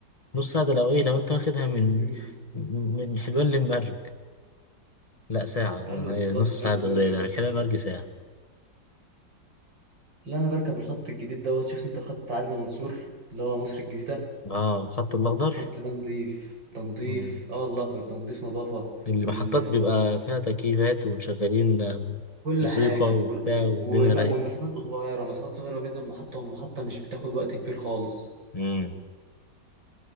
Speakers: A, on the left; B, on the right.
A: نص ساعه ده لو ايه لو انت واخدها من
B: امم
A: من حلوان للمرج لا ساعه
B: ايوه
A: يعني
B: بالظبط
A: نص
B: زي
A: ساعه
B: ما انت
A: ده
B: بتقول
A: قليله
B: كده
A: من حلوان للمرج ساعه
B: لا انا بركب الخط الجديد دوت شفت انت الخط بتاع عدلي منصور اللي هو مصر الجديده
A: اه الخط الاخضر
B: الخط ده نضيف ده نضيف
A: اه
B: اه الاخضر ده نضيف نظافه
A: المحطات
B: وال
A: بيبقى فيها تكييفات ومشغلين آه،
B: كل
A: موسيقى
B: حاجه
A: وبتاع
B: وال...
A: والدنيا
B: ولا
A: رايقه
B: والمسافات صغيره مسافات صغيره ما بين المحطه والمحطه مش بتاخد وقت كبير خالص
A: امم